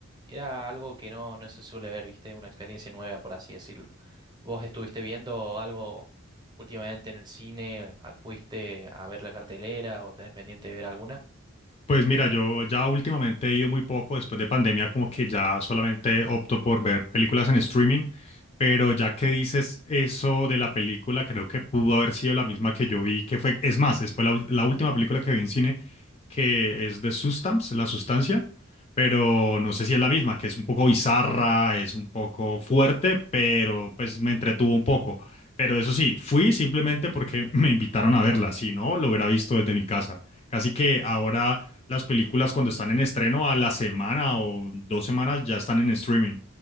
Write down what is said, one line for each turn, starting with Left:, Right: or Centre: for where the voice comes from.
Right: era algo que no, no se suele ver, viste, una experiencia nueva, por así decirlo. ¿Vos estuviste viendo algo últimamente en el cine? ¿Fuiste a ver la cartelera o tenés pendiente de ver alguna?
Left: Pues mira, yo ya últimamente he ido muy poco, después de pandemia como que ya solamente opto por ver películas en streaming, pero ya que dices eso de la película, creo que pudo haber sido la misma que yo vi, que fue, es más, es fue la, ul- la última película que vi en cine, que es de Sustance, La Sustancia, pero no sé si es la misma, que es un poco bizarra, es un poco fuerte, pero pues me entretuvo un poco. Pero eso sí, fui simplemente porque <laughs> me invitaron a verla, si no, lo hubiera visto desde mi casa. Casi que ahora las películas cuando están en estreno a la semana o dos semanas ya están en streaming.